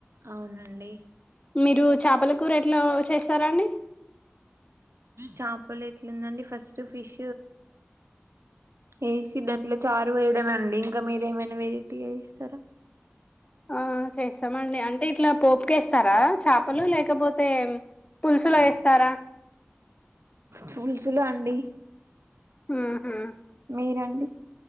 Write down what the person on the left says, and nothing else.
మీరు చేపల కూ రెట్లా చేస్తారా అండి
ఆ చేస్తామండి అంటే ఇట్లా పోపుక వేస్తారా చేపలు లేకపోతే పులుసులు వేస్తారా
ఆహా